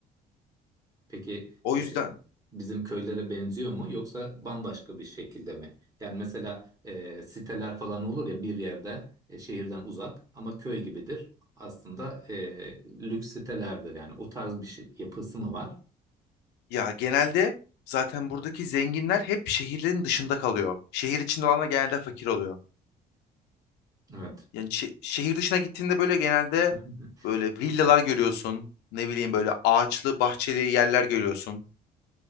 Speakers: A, on the right (about 20°); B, on the left (about 90°).
A: Peki
B: O
A: e,
B: yüzden
A: bizim köylere benziyor mu yoksa bambaşka bir şekilde mi? Yani mesela e, siteler falan olur ya bir yerde e, şehirden uzak ama köy gibidir. Aslında e, lüks sitelerdir yani o tarz bir şey, yapısı mı var?
B: ya genelde zaten buradaki zenginler hep şehirlerin dışında kalıyor. Şehir içinde olanlar genelde fakir oluyor.
A: Evet.
B: Yani şe- şehir dışına gittiğinde böyle genelde
A: <laughs>
B: böyle villalar görüyorsun. Ne bileyim böyle ağaçlı bahçeli yerler görüyorsun.